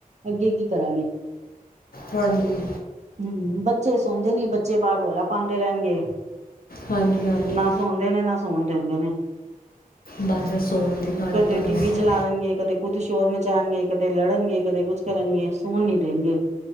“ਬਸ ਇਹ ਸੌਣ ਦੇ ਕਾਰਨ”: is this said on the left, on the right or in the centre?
Left